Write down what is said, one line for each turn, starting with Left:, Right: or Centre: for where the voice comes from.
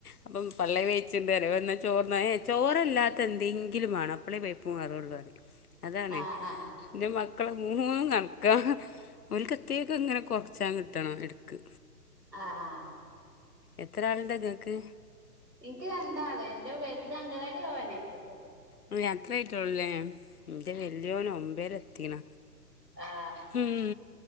Left: അപ്പം പള്ളി വിച്ചണ്ട് വരെ വന്ന ചോറ്ഏ ചോറല്ലാത്ത എന്തെങ്കിലും വേണം അപ്പള വയപ്പ മാറുള്ള അതാണേ
Right: ആഹ് ആഹ്
Left: എന്റെ മക്കള മൂന്ന നടക്ക ഒരു കത്തിയൊക്കെ ഇങ്ങനെ കുറച്ച കിട്ടണം എടുക്ക്
Right: ആ് ആഹ
Left: എത്ര ആളന്താ കേൾക്ക്
Right: എനിക്ക് രണ്ടാള് എന്റെ വലുത അങ്കലാടി പോവാനായിട്ടത്ോ
Left: അ അത്രയയിട്ട ഉള്ളല്ലേ എന്റെ വല്യോൻ ഒമ്പേരെ എത്തിക്കണ
Right: ആ
Left: ഹം